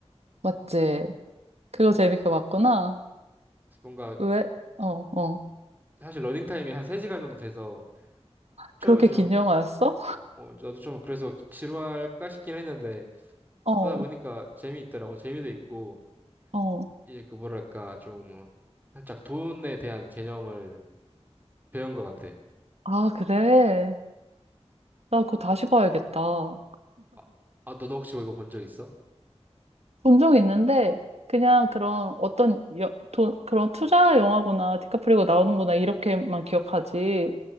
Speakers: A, on the right; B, on the right.
A: 맞지? 그거 재밌게 봤구나.
B: 뭔가,
A: 왜? 어, 어.
B: 사실 러닝타임이 한 3시간 정도 돼서, 처음엔
A: 그렇게
B: 좀,
A: 긴 영화였어?
B: 어, 저도 좀 그래서 지루할까 싶긴 했는데,
A: 어,
B: 보다 보니까 재미있더라고. 재미도 있고,
A: 어.
B: 이제 그 뭐랄까, 좀, 살짝 돈에 대한 개념을 배운 것 같아.
A: 아, 그래. 나 그거 다시 봐야겠다.
B: 아, 아, 너도 혹시 뭐 이거 본 적 있어?
A: 본 적 있는데, 그냥 그런 어떤 여, 돈, 그런 투자 영화구나, 디카프리오 나오는구나, 이렇게만 기억하지.